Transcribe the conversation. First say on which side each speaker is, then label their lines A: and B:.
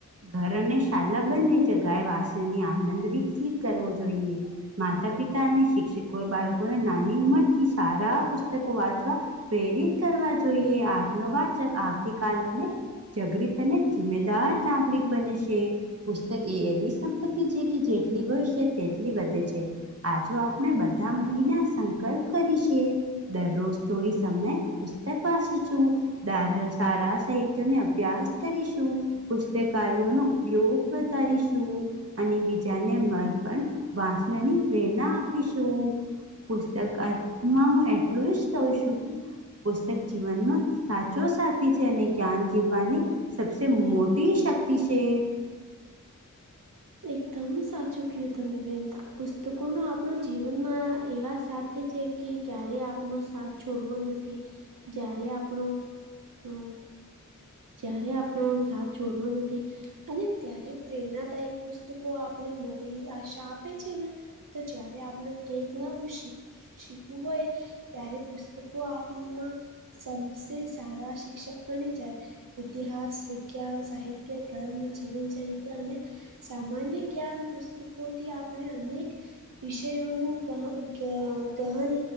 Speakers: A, on the right; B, on the right.
A: ઘર અને શાલા બંને જગાએ વાસોની આનંદ વિકસિત કરવો જોઈએ. માતા પિતા અને શિક્ષકોએ બાળકોને નાની ઉંમરથી સારા પુસ્તકો વાંચવા પ્રેરિત કરવા જોઈએ, આજનો વાચક આવતી કાલનો ને જગરીત અને જિમ્મેદાર નાગરિક બનસે. પુસ્તક એ એવી સંપત્તિ છે કે, જેટલી બનશે તેટલી વધે છે. આજો આપણે બધા મળીને આ સંકલ્પ કરીસે, દરરોજ થોડી સમય પુસ્તક વાંચીશું ડાર સારા સાહિત્યને અભ્યાસ કરીશું. પુસ્તકાલયોનો ઉપયોગ વધારીશું. અને બીજાને મ પણ વાંચવાની પ્રેરણા આપીશું. પુસ્તક અર્થમાં હું એટલુંસ કઉ સુ કે પુસ્તક જીવનનો સાચો સાથી છે, અને જ્ઞાન જીવાની સબસે મો ટી શક્તિ છે.
B: એકદમ સાચું કયું તમે બેન. પુસ્તકોનો આપણો જીવનમાં એવા સાથે છે કે, ક્યારે આપનો સાથ છોડવો નથી, જ્યારે આપણો અ જ્યારે આપણો સાથ છોડવા નથી અને ત્યારે પ્રેરણાદાયી પુસ્તકો આપણે નવી આશા આપે છે ને તો જય્યારે આપણે કેઈક નવું શીખવું હોય ત્યારે પુસ્તકો આપના સબસે સારા શિક્ષક બની જાય. ઇતિહાસ, વિજ્ઞાન, સાહિત્ય, ધર્મ, જીવન ચરિત્ર અને સામાન્ય જ્ઞાન પુસ્તકોથી આપણે અનેક વિષયોનું ગહ ગહન